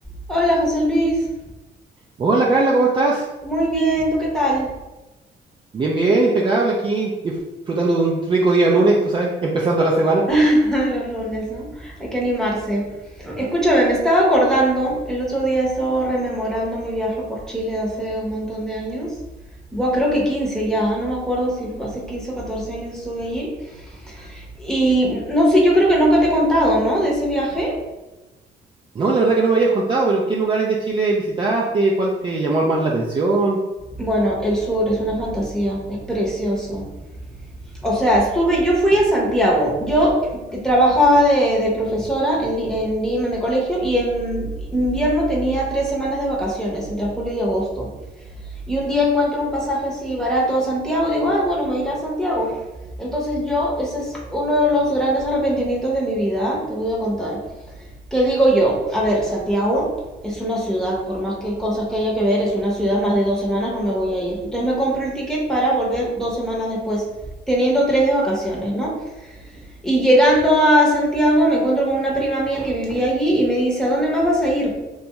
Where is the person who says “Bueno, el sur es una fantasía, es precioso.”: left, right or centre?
Centre